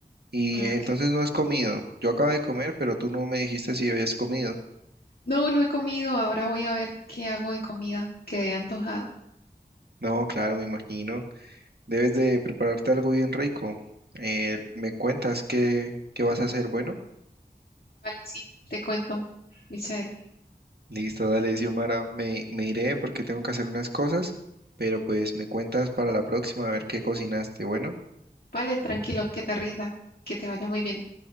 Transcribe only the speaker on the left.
Ah,
ok.
No, no he comido, ahora voy a ver qué hago de comida. Quedé antojada.
Vale, sí, te cuento, Michelle.
Vale, tranquilo, que te rinda, que te vaya muy bien.